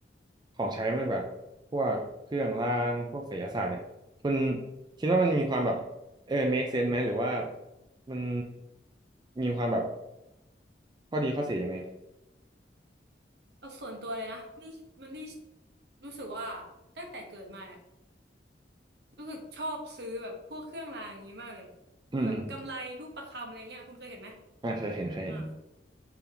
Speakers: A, on the right (about 25°); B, on the right (about 65°).
A: ของใช้มันดีกว่า พวกเครื่องราง
B: อืม
A: พวกไสยศาสตร์เนี่ย คุณคิดว่ามันมีความแบบ
B: อืม
A: เออ make sense ไหมหรือว่ามันมีความแบบข้อดีข้อเสียยังไง
B: เอาส่วนตัวเลยนะนี่มันนี่รู้สึกว่าตั้งแต่เกิดมาเนี่ยรู้สึกชอบซื้อแบบพวกเครื่องรางอย่างนี้มากเลย
A: อืม
B: แบบกำไรลูกประคำอะไรเงี้ยคุณเคยเห็นไหม
A: อืมอ่าเคยเห็นเคยเห็น
B: อ่า